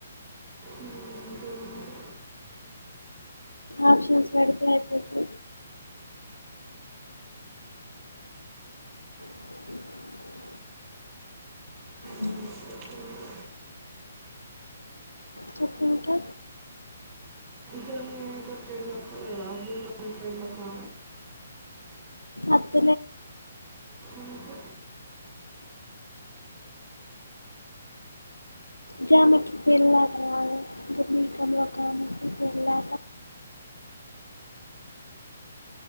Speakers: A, on the right (about 30°); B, on the left (about 85°).
A: ఉమ్, ఇంకేం మరి
B: ఆప్షన్స్ పడితేయిపోతు అ
A: ఉమ్,
B: అ
A: చెప్పింది.
B: చెప్ప ఉంటా
A: కామ ఫ్రెండ్ మొత్త అ ఫ్రెండ్ మ కా
B: అత
A: ఎందుక
B: జమెకి వెలా వెలా